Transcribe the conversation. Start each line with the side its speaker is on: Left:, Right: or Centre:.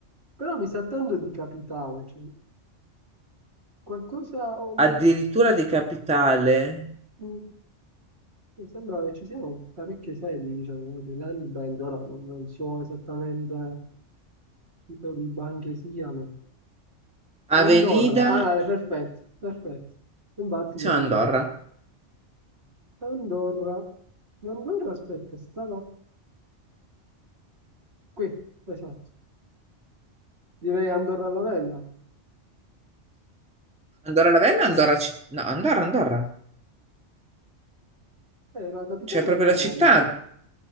Right: Però mi sa tanto di capitale, cioè, qualcosa... um,
Centre: Addirittura di capitale.
Right: mm, mi sembra che ci siano parecchie sedi, diciamo, no, di Land Bank, ora non non so esattamente titoli di banche siano. Andorra,
Centre: Avenida,
Right: ah, dai, perfetto, perfetto. Infatti,
Centre: sì,
Right: lo
Centre: no,
Right: dicevo.
Centre: Andorra.
Right: Andorra. Andorra, aspetta, stava qui, esatto. Direi Andorra la Vella.
Centre: Andorra la Vella, Andorra, ci- no, Andorra, Andorra.
Right: Eh, la capitale
Centre: C'è proprio
Right: non
Centre: la
Right: è
Centre: città,
Right: Andorra.